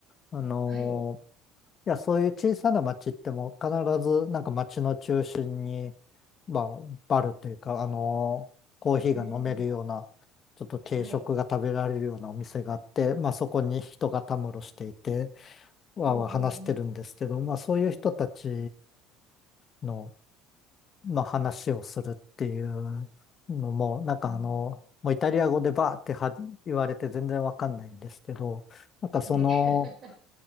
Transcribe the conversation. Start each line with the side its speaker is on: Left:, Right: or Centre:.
Left: あのー
Right: はい。
Left: いや、そういう小さな町っても必ずなんか町の中心に、まあ、バルというか、あのーコーヒーが飲めるような、
Right: うん。
Left: ちょっと軽食が食べられるようなお店があって、
Right: はい。
Left: まあそこに人がたむろしていて、わーわー話してるんですけど、
Right: うんうん
Left: まあそういう人たちの、まあ話をするっていうのも、なんかあの、
Right: うん。
Left: もうイタリア語でバーっては言われて全然わかんないんですけど、なんかその、
Right: うん。はい。<laughs>